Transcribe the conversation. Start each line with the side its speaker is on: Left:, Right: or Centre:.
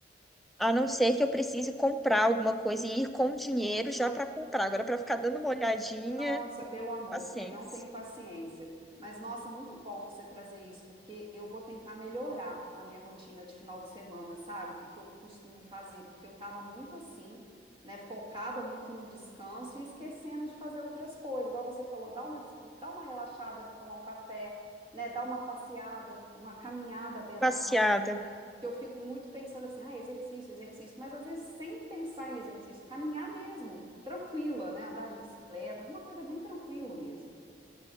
Centre: a não ser que eu precise comprar alguma coisa e ir com dinheiro já pra comprar. Agora pra ficar dando uma olhadinha,
Right: Nossa, pelo amor,
Centre: paciência.
Right: também não tenho paciência. Mas, nossa, muito bom você trazer isso, porque eu vou tentar melhorar a minha rotina de final de semana, sabe? O que que eu costumo fazer, porque eu estava muito assim, né, focada muito no descanso e esquecendo de fazer outras coisas. Igual você falou, dá uma, des- dá uma relaxada, tomar um café, né, dar uma passeada, uma caminhada à beira-mar
Centre: Passeada.
Right: que eu fico muito pensando assim, ah, exercício, exercício, mas às vezes sem pensar em exercício, caminhar mesmo, tranquila, né? Andar de bicicleta, alguma coisa bem tranquilo mesmo.